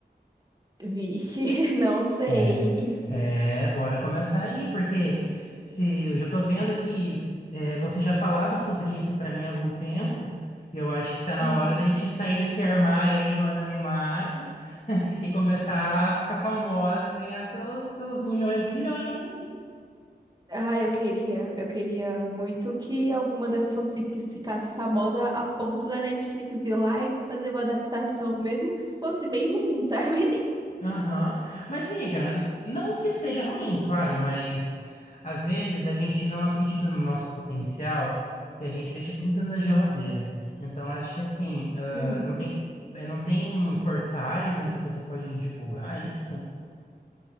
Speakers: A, on the right; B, on the left.
A: Vixe, <laughs> não sei.
B: É, é, bora começar aí, porque se eu já tô vendo que é, você já falava sobre isso para mim há algum tempo, e eu acho que tá na
A: Uhum.
B: hora da gente sair desse armário aí do anonimato e começar a ficar famosa e ganhar seu- seus milhões e milhões aí.
A: Ah, eu queria, eu queria muito que alguma das fanfics ficasse famosa a ponto da Netflix ir lá e fazer uma adaptação, mesmo que fosse bem ruim, sabe? <laughs>
B: Aham. Mas, miga, não que seja ruim, claro, mas às vezes a gente não acredita no nosso potencial e a gente deixa tudo dentro da geladeira. Então, acho que assim, ah,
A: Uhum.
B: não tem, eh, não tem portais onde você pode divulgar isso?